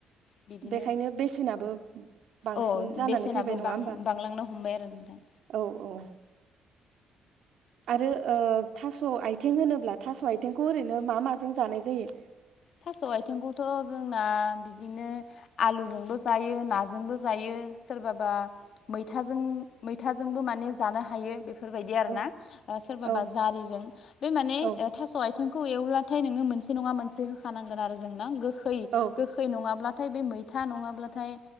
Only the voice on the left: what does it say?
बिदिनो
अ
बेसेनाबो
बां-बांलांनो
हमबाय आरो नोंथां।
थास' आयथेंखौथ' जोंना बिदिनो आलुजोंबो जायो नाजोंबो जायो। सोरबाबा मैथाजों मैथाजोंबो माने जानो हायो बेफोर बेफोरबायदि आरोना
सोरबाबा
जारिजों बे माने
थास' आयथेंखौ एवब्लाथाय नोङो मोनसे नङा मोनसे होखानांगोन आरो जों ना गोखै
गोखै। गोखै नङाब्लाथाय बे मैथा नङाब्लाथाय